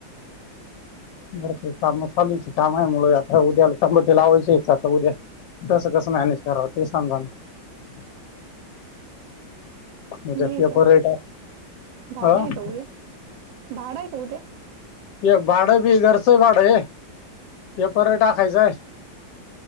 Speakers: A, on the left; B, on the right.
A: भरपूर काम चालूची कामा मूळ आता उद्याला तंबटे लावायची हित आता उद्या. कसं कसं मॅनेज कराव ते समजा ना! उद्या
B: होय
A: पेपर
B: का
A: रेट
B: भाड
A: अ
B: आहे का उद्या? भाड आहे का उद्या?
A: ते भाड बी घरच भाड आहे. पेपर टाकायचंय